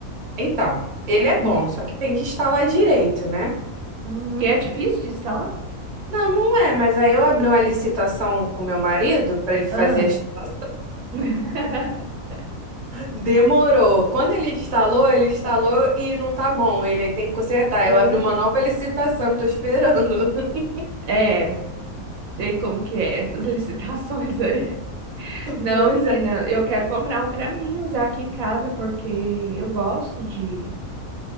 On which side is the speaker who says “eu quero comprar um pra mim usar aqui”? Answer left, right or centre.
Right